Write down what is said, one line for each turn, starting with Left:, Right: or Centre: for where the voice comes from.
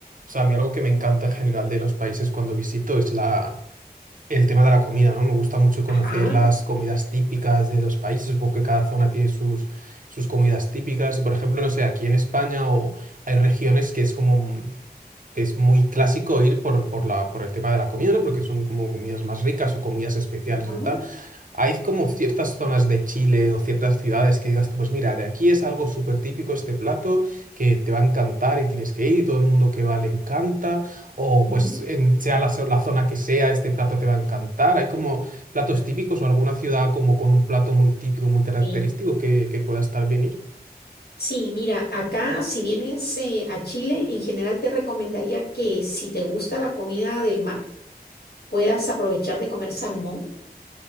Right: sea, a mí algo que me encanta en general de los países cuando visito es la El tema de la comida, ¿no? Me gusta mucho conocer
Left: Ajá,
Right: las comidas típicas de los países. Supongo que cada zona tiene sus, sus comidas típicas. Y por ejemplo, no sé, aquí en España o hay regiones que es como un- que es muy clásico ir por, por la, por el tema de la comida, ¿no? Porque son como comidas más ricas o comidas especiales
Left: ajá,
Right: de tal. Hay como ciertas zonas de Chile o ciertas ciudades que digas tú, pues mira, de aquí es algo súper típico este plato que te va a encantar y tienes que ir y todo el mundo que va le encanta, o
Left: mm,
Right: pues en- sea la, zo- la zona que sea, este plato te va a encantar. Hay como platos típicos o alguna ciudad como con un plato muy típico, muy característico
Left: sí.
Right: que, que pueda estar bien ir.
Left: Sí, mira, acá si vienes eh, a Chile, en general te recomendaría que si te gusta la comida del mar, puedas aprovechar de comer salmón.